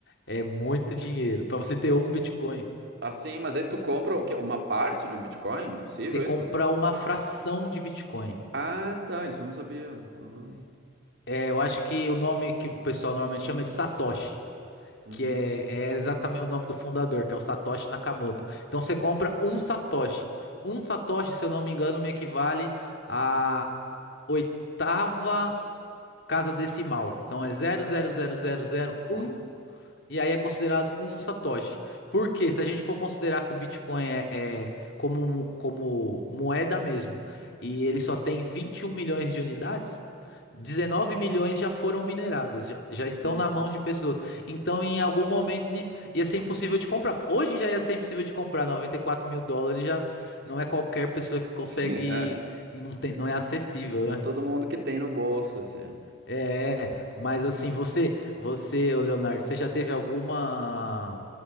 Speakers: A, on the left; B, on the right.
A: É muito dinheiro. Para você ter um Bitcoin,
B: Assim, mas aí tu compra o quê? Uma parte de um Bitcoin? É possível
A: você compra
B: isso?
A: uma fração de Bitcoin.
B: Ah, tá. Isso eu não sabia. Ah,
A: É, eu acho que o nome que o pessoal normalmente chama é de Satoshi.
B: uhum.
A: que é, é exatamente o nome do fundador, que é o Satoshi Nakamoto. Então você compra um Satoshi. Um Satoshi, se eu não me engano, me equivale à oitava casa decimal. Então é zero vírgula zero zero zero zero
B: Nossa.
A: um e aí é considerado um satoshi. porque Se a gente for considerar que o Bitcoin é, é como, mo- como moeda mesmo, e ele só tem 21 milhões de unidades, 19 milhões já foram mineradas, já, já
B: Sim.
A: estão na mão de pessoas. Então, em algum momento, ni- ia ser impossível de comprar. Hoje já ia ser impossível de comprar. 94 mil dólares já não é qualquer pessoa que consegue,
B: <laughs> Sim, é.
A: não tem, não é acessível, né?
B: É todo mundo que tem no bolso, assim.
A: É, mas assim, você, você, ô Leonardo, você já teve alguma